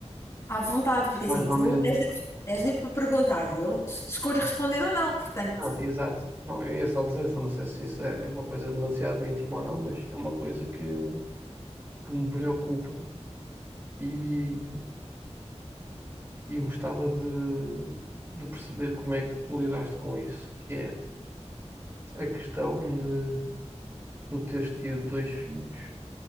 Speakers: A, on the left; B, on the right.
A: À vontade, porque
B: mais
A: assim,
B: ou
A: tu
B: menos.
A: és livre, és livre para perguntar e eu es- escolho responder ou não, portanto.
B: Não, exato. Não, eu ia só dizer, isso, não sei se isso é é uma coisa demasiado íntima ou não, mas é uma coisa que, que me preocupa e e gostava de, de perceber como é que tu lidaste com isso, que é a questão de tu teres tido dois filhos